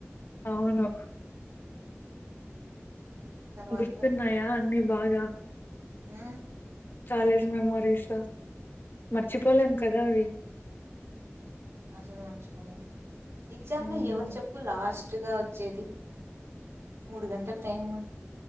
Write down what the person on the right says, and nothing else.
తర్వాత
ఆ
ఆసలు మరిచిపోలే ఎగ్జామ్
లో ఎవరు చెప్పు లాస్ట్ గా వచ్చేది మూడు గంటలు టైం